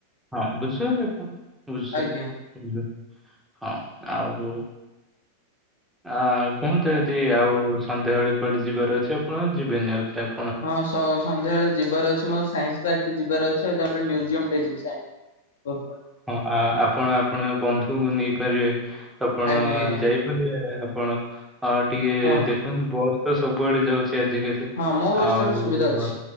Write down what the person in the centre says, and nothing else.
ହଁ ବୁଝଛନ୍ତି ଆପଣ? ବୁଝଛନ୍ତି
ବୁଝ ହଁ ଆଉ। ଆ କୁହନ୍ତୁ
ଆଜି ଆଉ। ସନ୍ଧ୍ୟାବେଳେ କୁଆଡେ ଯିବାର ଅଛି ଆପଣଙ୍କର? ଯିବେନି ଆଉଥରେ ଆପ
ହଁ ଆ ଆପଣ ଆପଣ ବନ୍ଧୁଙ୍କୁ ନେଇପାରିବେ, ଆପଣ
ଯାଇପାରିବେ। ଆପଣ ଆ ଟିକେ
ଦେଖନ୍ତୁ, ବସ୍ ତ ସବୁଆଡେ ଯାଉଛି। ଆଜି କାଲି
ଆଉ।